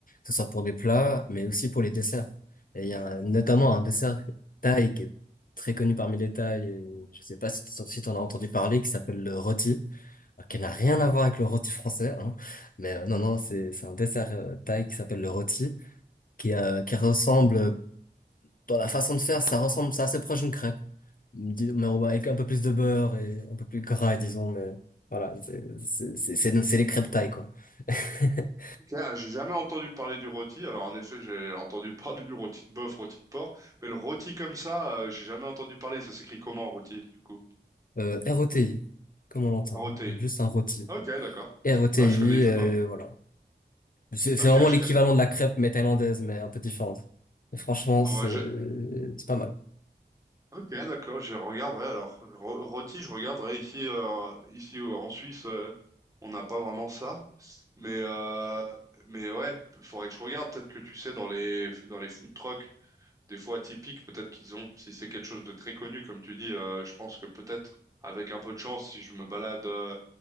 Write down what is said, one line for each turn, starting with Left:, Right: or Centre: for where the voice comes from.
Left: ce soit pour les plats, mais aussi pour les desserts. Et il y a notamment un dessert thaï qui est très connu parmi les Thaïs. et Je sais pas si t- si t'en as entendu parler, qui s'appelle le rôti. qui n'a rien à voir avec le rôti français, hein. Mais euh, non, non, c'est c'est un dessert euh, thaï qui s'appelle le rôti, qui, euh, qui ressemble, euh, dans la façon de faire, ça ressemble, c'est assez proche d'une crêpe, Di- mais on va avec un peu plus de beurre et un peu plus gras, disons, mais voilà, c'est c'est- c'est- c'est- c'est les crêpes thaï, quoi. <laughs>
Right: Ok, ah, J'ai jamais entendu parler du rôti. Alors en effet, j'ai entendu <laughs> parler du rôti de bœuf, rôti de porc, mais le rôti comme ça, euh, j'ai jamais entendu parler. Ça s'écrit comment rôti du coup?
Left: Euh, ROTI, comme on l'entend,
Right: Rôti.
Left: hein, juste un rôti.
Right: Ok, d'accord.
Left: rôti
Right: Ah, je connaissais
Left: euh,
Right: pas.
Left: voilà. C'est
Right: Ok,
Left: c'est vraiment
Right: je
Left: l'équivalent
Right: connais.
Left: de la crêpe, mais thaïlandaise, mais un peu différente. Et franchement,
Right: Ah,
Left: c'est
Right: bah, je-
Left: c'est pas mal.
Right: Ok, d'accord. Je regarderai alors. Ro- Rôti, je regarderai ici, euh, ici euh, en Suisse, euh, on n'a pas vraiment ça. Mais euh, mais ouais, faudrait que je regarde. Peut-être que tu sais dans les dans les food trucks. des fois atypiques peut-être qu'ils ont. Si c'est quelque chose de très connu, comme tu dis, euh, je pense que peut-être avec un peu de chance, si je me balade euh,